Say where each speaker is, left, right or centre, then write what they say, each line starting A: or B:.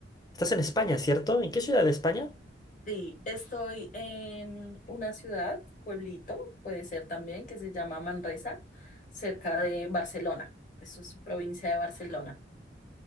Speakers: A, on the left (about 20°); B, on the left (about 45°).
A: Estás en España, ¿cierto? ¿En qué ciudad de España?
B: Sí, estoy en una ciudad, pueblito, puede ser también, que se llama Manresa, cerca de Barcelona. Eso es su provincia de Barcelona.